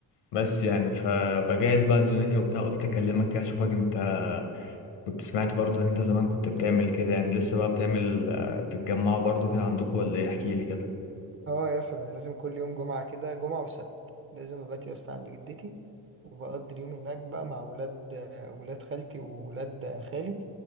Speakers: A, on the left (about 80°); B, on the right (about 30°).
A: بس يعني فبجهز بقى دنيتي وبتاع قلت اكلمك كده اشوفك انت كنت سمعت برضه ان انت زمان كنت بتعمل كده يعني لسه بقى بتعمل آه، تتجمعوا برضه كده عندكم ولا ايه احكي لي كده
B: اه يا اسطى ده لازم كل يوم جمعة كده جمعة وسبت لازم ببات يا اسطى عند جدتي وبقضي اليوم هناك بقى مع ولاد ولاد خالتي وولاد خالي